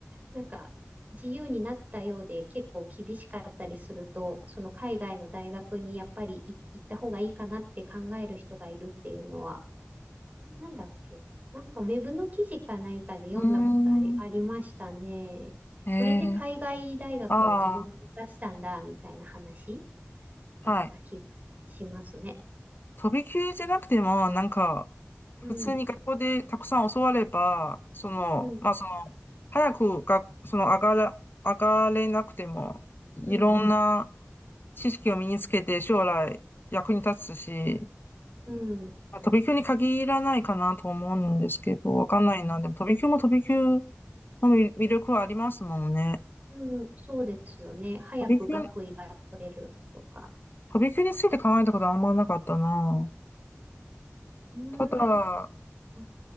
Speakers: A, on the right; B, on the left.
A: なんか自由になったようで結構厳しかったりすると、その海外の大学にやっぱりい行った方がいいかなって考える人がいるっていうのは、あ、なんだっけ、なんかウェブの記事か何かで読んだことあり、
B: うーん。
A: ありましたね。
B: えー、
A: それで海外大学を自分で出したんだみたいな話
B: あ
A: だった気がしますね。
B: あ、はい。飛び級じゃなくても、なんか、普通に学校でたくさん教われば、
A: うん、
B: その、
A: うん、
B: まあその、早く学その上がら、上がれなくても、いろんな
A: うん、
B: 知識を身につけて将来役に立つし、
A: うん、
B: まあ飛び級に限らないかなと思うんですけど、わかんないな。
A: うん、うん、
B: でも飛び級も飛び級の魅魅力はありますもんね。
A: うんそうですよね。早く学位が取れるとか。
B: 飛び級、飛び級について考えたことはあんまなかったな。
A: うーん。
B: ただ、
A: あ、